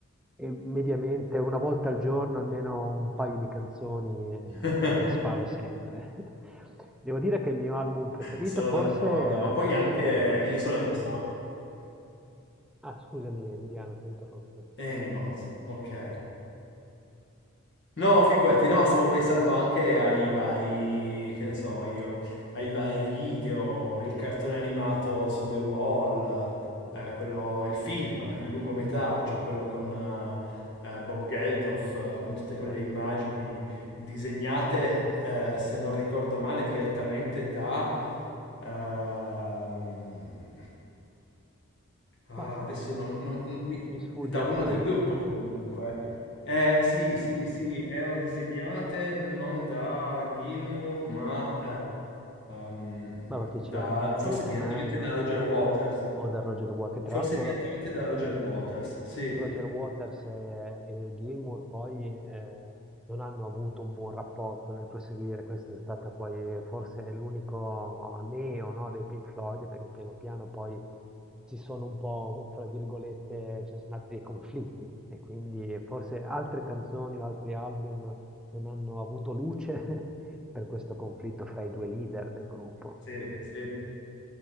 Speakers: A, in the centre; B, on the left (about 50°).
A: e mediamente una volta al giorno almeno un paio di canzoni eh,
B: <laughs>
A: me le sparo sempre. <laughs> Devo dire che il mio album preferito
B: sono
A: forse
B: d'accordo,
A: è
B: ma poi anche
A: Animals.
B: io sono rimasto...
A: Ah, scusami Emiliano, ti ho interrotto.
B: Animals,
A: Sì.
B: ok. No, figurati, no, stavo pensando anche ai vari, che ne so io, ai vari video, il cartone animato su The Wall,
A: Sì,
B: eh, quello, il film, il lungometraggio, quello con eh, eh, Bob Geldof, eh, con tutte quelle
A: sì.
B: immagini disegnate, eh, se non ricordo male, direttamente da, ehm, Ah,
A: Basta,
B: adesso
A: eh,
B: non, non- non mi-
A: mi sfugge
B: da uno
A: anche a
B: del
A: me.
B: gruppo comunque. Eh, sì, sì, sì, erano disegnate non da Gilmour, ma ehm,
A: Ma va chi
B: da,
A: c'era? Ni- Nick
B: forse direttamente
A: Mason,
B: da Roger Waters.
A: Oda Roger Waters, che tra
B: Forse
A: l'altro
B: direttamente da Roger Waters. Sì,
A: Roger Waters e, e Gilmour poi eh, non hanno avuto un buon rapporto nel proseguire, questa è stata poi forse l'unico neo, no, dei Pink Floyd, perché piano piano poi si sono un po', fra virgolette, ci sono stati dei conflitti e quindi forse altre canzoni o altri album non hanno avuto luce <laughs> per questo conflitto fra i due leader del gruppo.
B: sì, sì,